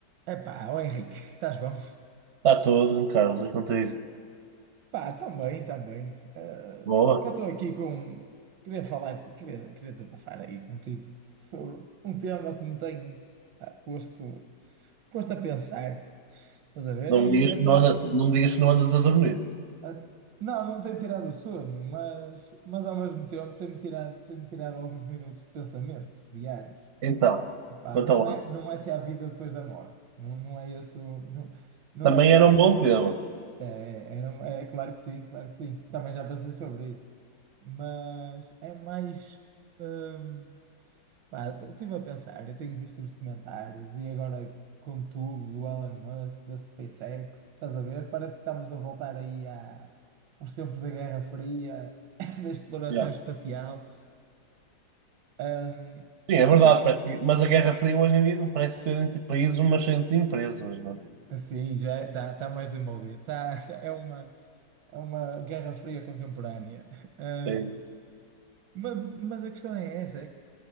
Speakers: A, on the right; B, on the right.
A: Epá, ó Henrique, estás bom?
B: Está tudo, Carlos, e contigo?
A: Pá, também, também. Eh,
B: Boa.
A: se que eu estou aqui com. Queria falar, com- queria, queria desabafar aí contigo sobre um tema que me tem ah, posto, posto a pensar. Estás a ver?
B: Não
A: E
B: me digas
A: até,
B: que não anda- não me digas que não andas a dormir.
A: até- Não, não me tem tirado o sono, mas, mas ao mesmo tempo tem-me tirado, tem-me tirado alguns minutos de pensamento diários.
B: Então,
A: Pá,
B: conta
A: não
B: lá.
A: é, não é se há vida depois da morte. Não, não é esse o, não, não
B: Também
A: é esse.
B: era um bom tema.
A: É, era, um, é claro que sim, claro que sim. Também já pensei sobre isso. Mas é mais. hum, pá, estive a pensar, eu tenho visto os documentários e agora com tudo do Elon Musk, da SpaceX, estás a ver? Parece que estamos a voltar aí à, aos tempos da Guerra Fria, <laughs> da exploração
B: Yeah.
A: espacial. Hum,
B: Sim, é verdade,
A: até,
B: parece que- mas a Guerra Fria hoje em dia não parece ser entre países, mas entre empresas, não
A: sim, já está tá tá mais envolvido. Tá, tá- é uma, é uma Guerra Fria contemporânea. Hum,
B: é? É,
A: ma- mas, a questão é essa. é